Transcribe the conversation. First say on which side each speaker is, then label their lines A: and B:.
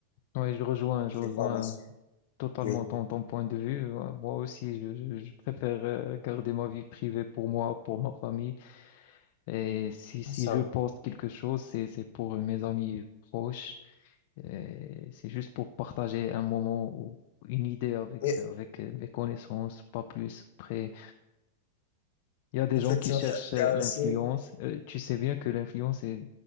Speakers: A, on the left; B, on the left.
A: ouais, je rejoins, je
B: des
A: rejoins
B: informations.
A: totalement
B: Oui,
A: ton, ton point de vue. Euh, Moi aussi, je, je- je préfère euh, garder ma vie privée pour moi, pour ma famille. Et si, si
B: ça.
A: je poste quelque chose, c'est, c'est pour mes amis proches. Et C'est juste pour partager un moment ou une idée avec,
B: Et
A: avec euh, mes connaissances, pas plus. Après, il y a des
B: effectivement,
A: gens qui cherchent
B: il y a
A: euh,
B: il y a
A: l'influence.
B: aussi...
A: Euh, tu sais bien que l'influence est,